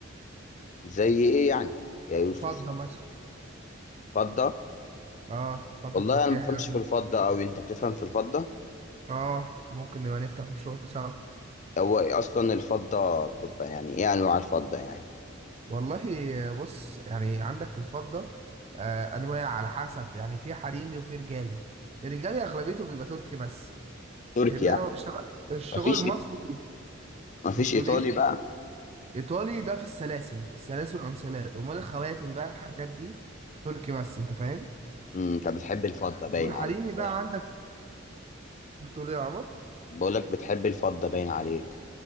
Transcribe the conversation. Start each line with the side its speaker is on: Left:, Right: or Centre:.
Left: زي ايه يعني يا يوسف
Right: فضة مثلا
Left: فضة
Right: اه فضة
Left: والله
Right: تركية
Left: انا ما بفهمش
Right: حلوة
Left: في
Right: جدا
Left: الفضه أوي انت بتفهم في الفضه
Right: اه ممكن نبقى نفتح مشروع سوا
Left: هو اصلا الفضه بتبقى يعني ايه انواع الفضه يعني
Right: والله آه، بص يعني عندك في الفضة آه أنواع على حسب يعني في حريمي وفي رجالي الرجالي أغلبيته بيبقى تركي بس
Left: تركيا
Right: فاهمني أنا بشتغل الشغل
Left: مفيش
Right: المصري
Left: مفيش
Right: بتقول
Left: ايطالي
Right: إيه؟
Left: بقى
Right: ايطالي ده في السلاسل السلاسل والانسلات امال الخواتم بقى الحاجات دي تركي بس انت فاهم
Left: مم، انت بتحب الفضه باين
Right: والحريمي
Left: عليك
Right: بقى
Left: فاهم
Right: عندك بتقول ايه يا عمر
Left: بقول لك بتحب الفضه باين عليك